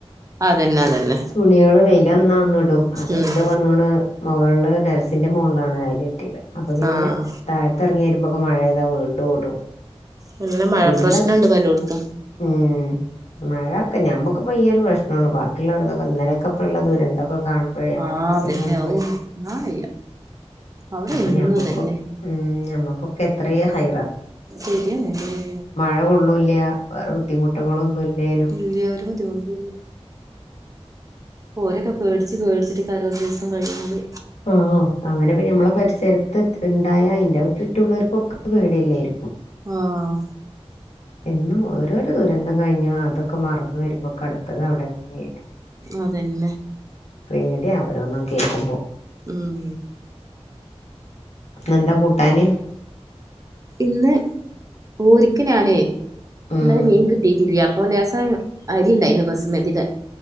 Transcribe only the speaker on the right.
അതന്നെ അതന്നെ
ഉം
ആഹ്
നല്ല മഴ
പ്രശ്നണ്ട് പ്പ എല്ലോട്ത്തും
ആഹ് അതന്നെ
ഔ താങ്ങാൻ വയ്യ അവിടെ
എന്നും
ഇതന്നെ
ശരിയാണ് ല്ലേ
ഇല്ലാ ഒര് ബുദ്ധിമുട്ടൂല്ല ഓരൊക്കെ പേട്ച്ച് പേട്ച്ചിട്ടേക്കാരം <unintelligible> കഴിയുന്നത്
ആഹ്
അതന്നെ
ഉം
ഇന്ന് ഓര്ക്ക് ഞാനേ ഇന്നെലെ
മീൻ കി ട്ടിയിട്ടില്ല. അപ്പൊ ലേസം അരിണ്ടായിന്ന് ബസ്മതിടെ.